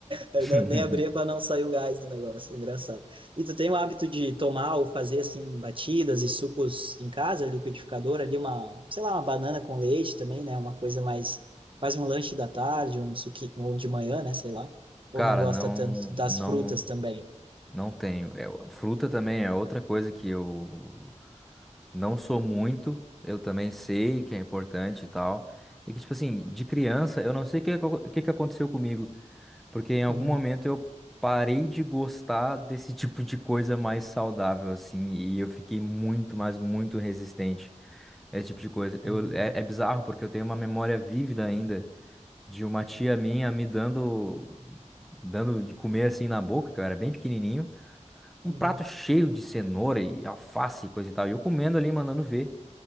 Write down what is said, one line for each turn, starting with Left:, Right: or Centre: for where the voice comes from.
Right: Eu
Centre: <laughs>
Right: não- nem abria para não sair o gás do negócio, engraçado. E tu tem o hábito de tomar ou fazer assim batidas e sucos em casa, liquidificador ali uma, sei lá, uma banana com leite também, né? Uma coisa mais quase um lanche da tarde, um suquinho ou de manhã, né, sei lá. Ou
Centre: Cara,
Right: não gosta
Centre: não,
Right: tanto das
Centre: não,
Right: frutas também.
Centre: não tenho. É, fruta também é outra coisa que eu não sou muito. Eu também sei que é importante e tal. E que, tipo assim, de criança, eu não sei o que, acon- o que que aconteceu comigo. Porque em algum
Right: Uhum,
Centre: momento eu parei de gostar desse <laughs> tipo de coisa mais saudável, assim, e eu fiquei muito, mas muito resistente a esse tipo de coisa. Eu,
Right: uhum,
Centre: é, é bizarro porque eu tenho uma memória vívida ainda de uma tia minha me dando, dando de comer assim na boca, que eu era bem pequenininho, um
Right: uhum,
Centre: prato cheio de cenoura e alface e coisa e tal, e eu comendo ali, mandando ver.